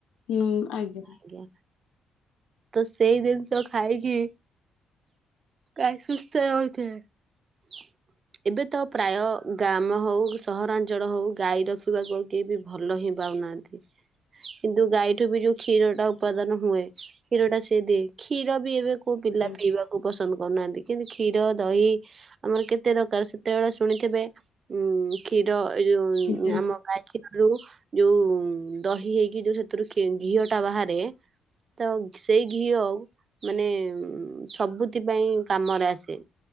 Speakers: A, on the left; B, on the right.
A: ନୋଉଁ ଆଜ୍ଞା।
B: ଆଜ୍ଞା। ତ ସେଇ ଦିନଷ ଖାଇକି ଗାଈ ସୁସ୍ଥ ରହୁଥୁଲେ। ଏବେ ତ ପ୍ରାୟ ଗ୍ରାମ ହୋଉ କି ସହରାଞ୍ଚଳ ହୋଉ ଗାଈ ରଖିବାକୁ ଆଉ କିଏ ବି ଭଲ ହିଁ ପାଉନାହାନ୍ତି କିନ୍ତୁ ଗାଈଠୁ ବି ଯୋଉ କ୍ଷୀରଟା ଉପାଦାନ ହୁଏ କ୍ଷୀରଟା ସିଏ ଦିଏ କ୍ଷୀର ବି ଏବେ କୋଉ ପିଲା
A: ଆଜ୍ଞା
B: ପିଇବାକୁ ପସନ୍ଦ କରୁନାହାନ୍ତି କିନ୍ତୁ କ୍ଷୀର ଦହି ଆମର କେତେ ଦରକାର ସେତେବେଳେ ଶୁଣିଥିବେ ଉଁ କ୍ଷୀର ଏ ଯୋଉ
A: ଆଜ୍ଞା
B: ଆମ ଗାଈ କ୍ଷୀର ଦୁହୁଁ ଯୋଉ ଦହି ହେଇକି ଯୋଉ ସେଥିରୁ କ୍ଷୀ ଘିଅଟା ବାହାରେ ତ ସେଇ ଘିଅ ଆଉ ମାନେ ଉମ୍ ସବୁଥି ପାଇଁ କାମରେ ଆସେ।